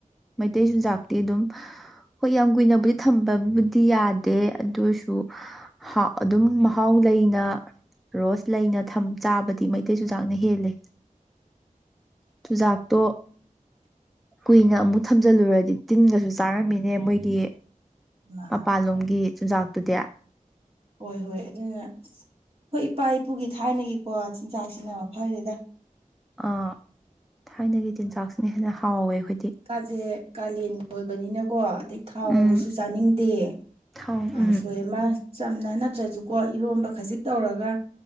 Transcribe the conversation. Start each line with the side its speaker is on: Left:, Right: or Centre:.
Centre: ꯃꯩꯇꯩ ꯆꯤꯟꯖꯥꯛꯇꯤ ꯑꯗꯨꯝ ꯍꯣꯏ ꯌꯥꯝ ꯀꯨꯏꯅꯕꯨꯗꯤ ꯊꯝꯕꯕꯨꯗꯤ ꯌꯥꯗꯦ ꯑꯗꯨꯁꯨꯥꯎ ꯑꯗꯨꯝ ꯊꯥꯎ ꯂꯩꯅ ꯔꯣꯁ ꯂꯩꯅ ꯆꯥꯕꯗꯤ ꯃꯩꯇꯩ ꯆꯨꯖꯥꯛꯅ ꯍꯦꯜꯂꯤꯦ ꯆꯨꯖꯥꯛꯇꯣ ꯀꯨꯏꯅ ꯑꯃꯨꯛ ꯊꯝꯖꯤꯜꯂꯨꯔꯗꯤ ꯇꯤꯟꯒꯁꯨ ꯆꯥꯔꯝꯃꯤꯅꯦ ꯃꯣꯏꯒꯤ
Right: ꯃꯥ
Centre: ꯃꯄꯥꯟꯂꯣꯝꯒꯤ ꯆꯨꯖꯥꯛꯇꯨꯗꯤ
Right: ꯍꯣꯏ ꯍꯣꯏ ꯑꯗꯨꯅ ꯑ ꯍꯣꯏ ꯏꯄꯥ ꯏꯄꯨꯒꯤ ꯊꯥꯏꯅꯒꯤꯀꯣ ꯆꯤꯟꯖꯥꯛ ꯁꯤꯟꯅꯕ ꯐꯔꯦꯗ
Centre: ꯑ ꯊꯥꯏꯅꯒꯤ ꯆꯤꯟꯖꯥꯛꯁꯤꯅ ꯍꯦꯟꯅ ꯍꯥꯎꯋꯦ ꯑꯩꯈꯣꯏꯗꯤ
Right: ꯀꯥꯁꯦ ꯀꯥꯂꯦꯟ ꯑꯣꯏꯣꯏꯕꯅꯤꯅꯀꯣ ꯑꯗꯩ ꯊꯥꯎ ꯉꯕꯨꯁꯨ
Centre: ꯎꯝ
Right: ꯆꯥꯅꯤꯡꯗꯦ
Centre: ꯊꯥꯎ
Right: ꯀꯥꯡꯁꯣꯏ
Centre: ꯎꯝ
Right: ꯑꯃ ꯆꯝꯅ ꯅꯠꯇ꯭ꯔꯁꯨꯀꯣ ꯏꯔꯣꯟꯝꯕ ꯈꯖꯤꯛ ꯇꯧꯔꯒ